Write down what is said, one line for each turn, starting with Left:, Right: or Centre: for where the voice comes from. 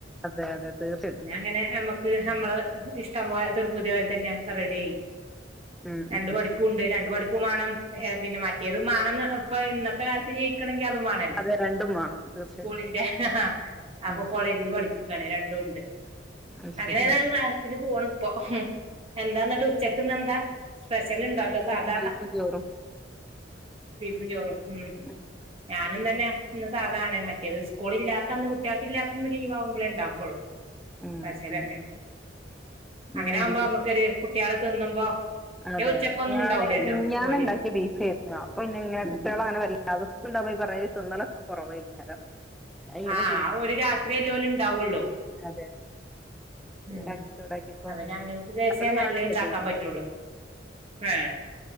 Centre: അതെ അതെ തീർച്ചയായിട്ടും
Right: പിന്നെ അങ്ങനെ നമ്മുക്ക് നമ്മള് ഇഷ്ടം പോ തീർപ്പുതി പോലി തന്നെ ഒക്കെ റെഡി ആായി
Centre: ഉം
Right: രണ്ടു
Centre: ഉം
Right: പഠിപ്പും ഉണ്ട് രണ്ട് പഠിപ്പും ഉപ്പ വേണം പിന്നെ മറ്റിയത് മേണം ഇപ്പ ഇന്നത്തെ കാലത്ത് ജയിണെ മാണല്ലോ
Centre: അതെ രണ്ടും വേണം തീർച്ചയായിട്ടും
Right: സ്കൂളിന്റെ അപ്പൊ
Centre: ഉം
Right: കോളേജിൽ പഠിപ്പിക്കണ രണ്ടും
Centre: അത്
Right: അങ്ങനെ
Centre: ശരി
Right: താ
Centre: ആ.
Right: റാഹത്തിന് പോണ് ഇപ്പ എന്താ എന്നിട്ട് ഉച്ചക്ക്ന്ന് എന്താ സ്പ്രെഷലുണ്ടോ അതോ
Centre: ഇന്ന്
Right: സാധാ
Centre: ബീഫും ചോറും
Right: ഫ ചോറും ഉ
Centre: ഉം
Right: ഞാനും തന്നെ ന്ന് സാധാണ് മറ്റത് സ്കൂള ഇല്ലാത്തന്ന് കുട്ടികൾക്ക് ഇല്ലാത്തന്ന് ലീവ് ആകുമ്പോേ ഉണ്ടാക്കുള്ളൂ
Centre: ഉം ഉം
Right: സ്പെഷലൊക്കെ
Centre: ഉം ഉം
Right: അങ്ങനെ
Centre: ഇന്ന്
Right: ആകുമ്പോ
Centre: ബീഫ്
Right: നമ്മുക്കൊരു കുട്ടികള് തിന്നുമ്പോ
Centre: അതെ
Right: ഉച്ചക്കൊന്നും
Centre: അതെ ഞാന്
Right: ഉണ്ടാവൂലല്ലോ
Centre: മിഞ്ഞാന്ന്
Right: ഓല്
Centre: ഉണ്ടാക്കിയ ബീഫ് അപ്പൊ ഇന്ന ഇങ്ങനെ കുട്ടികള അങ്ങനെ വല്ലാത ഉാ പോയി പറഞ്ഞ തൊന്നളൊക്കെ കുറവായിാരം അ
Right: ആഹ് ഒരു രാത്രിയല്ലേ ഓല് ഉണ്ടാവുള്ളൂ
Centre: അതെ അതെ ചൂടാക്കി
Right: ഉം
Centre: ചൂടാക്കി ഇപ്പൊ
Right: അവന് അങ്ങനത്തെ ദിവസേ
Centre: പകല്
Right: നല്ല
Centre: ഞാൻ ഒറ്റക്കെ
Right: ഉണ്ടാക്കാൻ
Centre: ഉണ്ടാവും
Right: പറ്റുള്ളു ആഹ